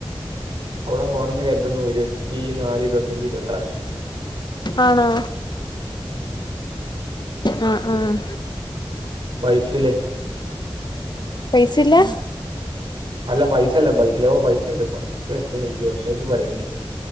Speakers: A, on the right; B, on the left.
A: അവിടെ പോണെന്ന് കരുതുന്നു ഇരുപത്തി നാല് ഇരുപത്തിയഞ്ച് ഇരുപത്തി ആറ്
B: ആണാ ആഹ് ആഹ്
A: ബൈക്കിലേ
B: പൈസല്ലാ
A: അല്ല പൈസല്ല ബൈക്കിലൊ പൈസണ്ട് പൈസ അയ്യോ എന്ത ഇജ്ജ് പറയണേ